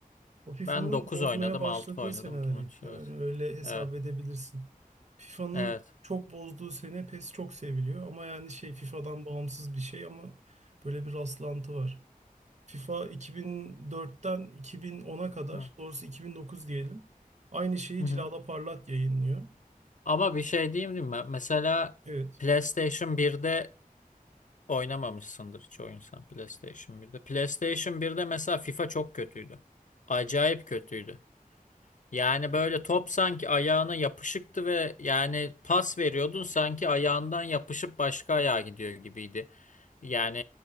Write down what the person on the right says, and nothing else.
O FIFA'nın
bozmaya
başladığı
seneler
hep. Yani
öyle hesap
edebilirsin. FIFA'nın
çok bozduğu sene PES çok seviliyor. Ama yani şey FIFA'dan bağımsız bir şey ama böyle bir rastlantı var. FIFA 2004'ten 2010'a kadar,
doğrusu 2009 diyelim. Aynı şeyi
Cilala Parlat yayınlıyor.
Evet.